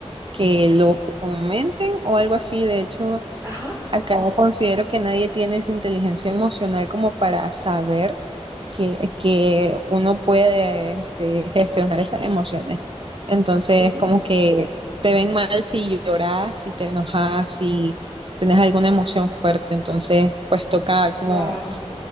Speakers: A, on the right; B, on the right.
A: que lo fomenten o algo así. De hecho,
B: Ajá,
A: Acá yo considero que nadie tiene esa inteligencia emocional como para saber que, que uno puede este, gestionar esas emociones. Entonces,
B: sí,
A: como que te ven mal si lloras, si te enojas, si tienes alguna emoción fuerte. Entonces, pues toca como
B: wow,